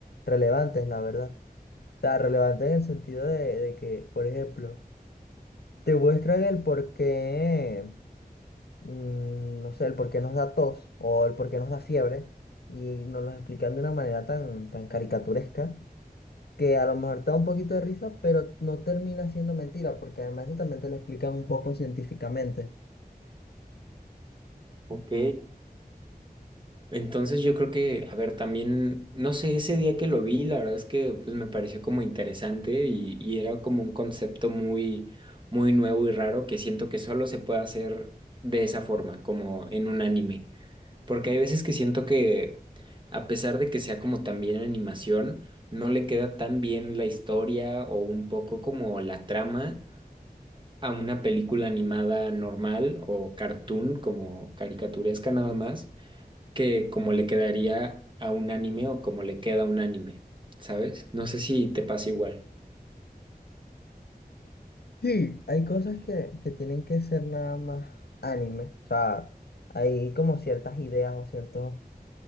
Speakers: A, on the left; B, on the right.
A: relevantes, la verdad. O sea, relevantes en el sentido de, de que, por ejemplo, te muestran el por qué mm, no sé, el por qué nos da tos o el por qué nos da fiebre y nos los explican de una manera tan, tan caricaturesca que a lo mejor te da un poquito de risa, pero no termina siendo mentira, porque además eso también te lo explican un poco científicamente.
B: Ok, Entonces yo creo que, a ver, también, no sé, ese día que lo vi, la verdad es que pues me pareció como interesante y, y era como un concepto muy, muy nuevo y raro que siento que solo se puede hacer de esa forma, como en un anime. Porque hay veces que siento que, a pesar de que sea como también animación, no le queda tan bien la historia o un poco como la trama a una película animada normal o cartoon, como caricaturesca nada más, que como le quedaría a un anime o como le queda a un anime, ¿sabes? No sé si te pasa igual.
A: Sí. Hay cosas que, que tienen que ser nada más anime, o sea, hay como ciertas ideas o ciertos